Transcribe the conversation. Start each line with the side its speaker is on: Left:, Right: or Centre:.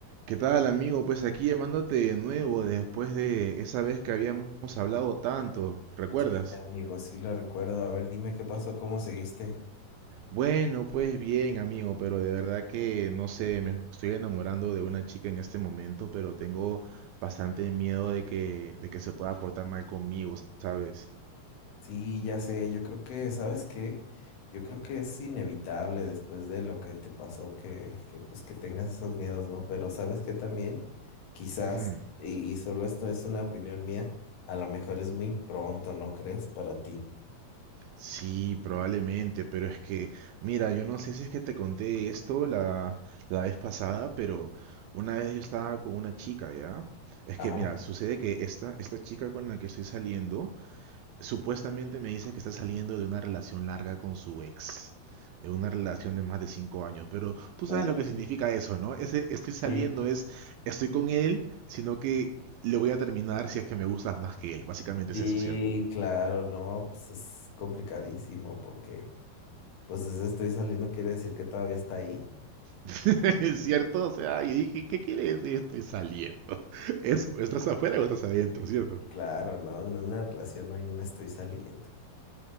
Right: ¿Qué tal, amigo? Pues aquí llamándote de nuevo después de esa vez que habíamos hablado tanto, ¿recuerdas?
Left: Sí, amigo, sí la recuerdo. A ver, dime qué pasó, cómo seguiste.
Right: Bueno, pues bien, amigo, pero de verdad que no sé, me estoy enamorando de una chica en este momento, pero tengo bastante miedo de que de que se pueda portar mal conmigo, ¿sabes?
Left: Sí, ya sé, yo creo que, ¿sabes qué? Yo creo que es inevitable después de lo que te pasó que, que pues que tengas esos miedos, ¿no? Pero ¿sabes qué también? Quizás,
Right: <clears throat>
Left: y, y solo esto es una opinión mía, a lo mejor es muy pronto, ¿no crees? Para ti.
Right: Sí, probablemente, pero es que, mira, yo no sé si es que te conté esto la, la vez pasada, pero una vez yo estaba con una chica, ¿ya? Es
Left: Ajá.
Right: que, mira, sucede que esta, esta chica con la que estoy saliendo, supuestamente me dice que está saliendo de una relación larga con su ex, de una relación de más de cinco años, pero tú sabes
Left: Uy,
Right: lo que significa eso, ¿no? Ese estoy saliendo
Left: sí,
Right: es, estoy con él, sino que le voy a terminar si es que me gustas más que él, básicamente
Left: sí,
Right: es eso,
Left: claro, no, pues es complicadamente complicadísimo porque, pues ese estoy saliendo quiere decir que todavía está ahí.
Right: <laughs> ¿Es cierto? O sea, yo dije, ¿qué quiere decir estoy saliendo? <laughs> Es,
Left: sí
Right: ¿Estás
Left: sí,
Right: afuera o estás adentro, cierto?
Left: Claro, ¿no? En una relación no hay un estoy saliendo.